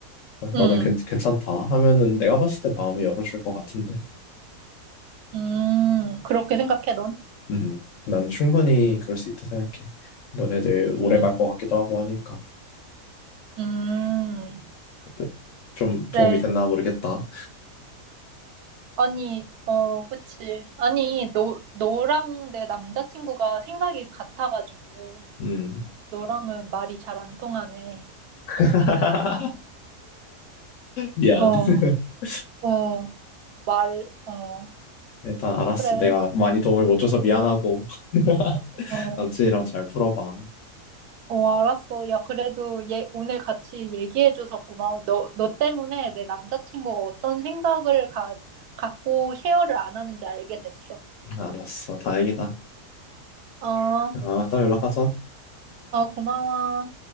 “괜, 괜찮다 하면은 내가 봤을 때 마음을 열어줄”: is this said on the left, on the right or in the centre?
Left